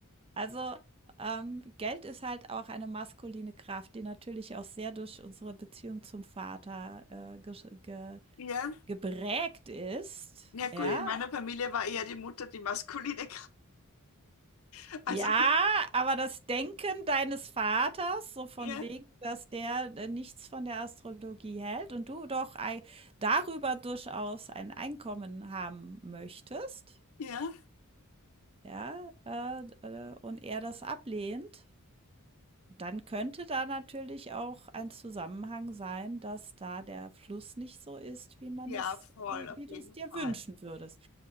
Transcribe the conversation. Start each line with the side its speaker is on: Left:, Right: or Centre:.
Right: also, ähm, Geld ist halt auch eine maskuline Kraft, die natürlich auch sehr durch unsere Beziehung zum Vater, äh, gesch ge
Left: Ja,
Right: geprägt ist,
Left: ja gut,
Right: ja,
Left: in meiner Familie war eher die Mutter die maskuline, <laughs> also
Right: Ja, aber das Denken deines Vaters, so von
Left: ja,
Right: wegen, dass der, äh, nichts von der Astrologie hält und du doch ei darüber durchaus ein Einkommen haben möchtest,
Left: ja,
Right: ja, äh, äh, und er das ablehnt, dann könnte da natürlich auch ein Zusammenhang sein, dass da der Fluss nicht so ist, wie man
Left: ja,
Right: es
Left: voll,
Right: wie
Left: auf
Right: wie
Left: jeden
Right: du es dir
Left: Fall.
Right: wünschen würdest.